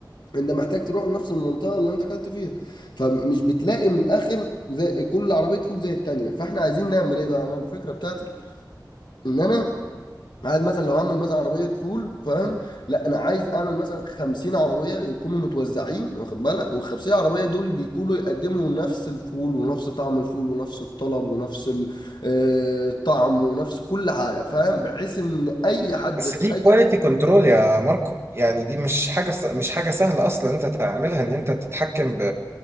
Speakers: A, on the left (about 70°); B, on the right (about 35°).
A: انت محتاج تروح لنفس المنطقه اللي انت اكلت فيها فمش بتلاقي من الاخر زي كل عربيه فول زي التانيه فاحنا عايزين نعمل ايه بقى انا الفكره بتاعتي ان انا عايز مثلا لو هعمل مثلا عربيه فول فاهم لا انا عايز اعمل مثلا 50 عربيه يكونوا متوزعين واخد بالك وال 50 عربيه دول بيكونوا يقدموا نفس الفول ونفس طعم الفول ونفس الطلب ونفس ال- آه، الطعم ونفس كل حاجه فاهم بحيث ان اي حد
B: بس
A: في
B: دي
A: اي
B: كواليتي كنترول يا ماركو يعني دي مش حاجة س... مش حاجة سهلة أصلا أنت تعملها إن أنت تتحكم ب